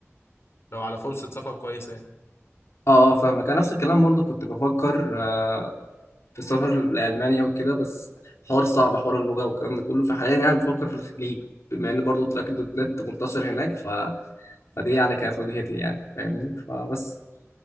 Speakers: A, on the left; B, on the left.
A: لو على فرصة سفر كويسة يعني
B: اه آه، فاهمك انا نفس الكلام برضو كنت بفكر آه، في السفر لألمانيا وكده بس حوار صعب حوار اللغة والكلام ده كله فحاليا يعني بفكر في الخليج بما إن برضه تراك دوت نت منتشر هناك ف... فدي يعني كانت وجهتي يعني فاهمني فبس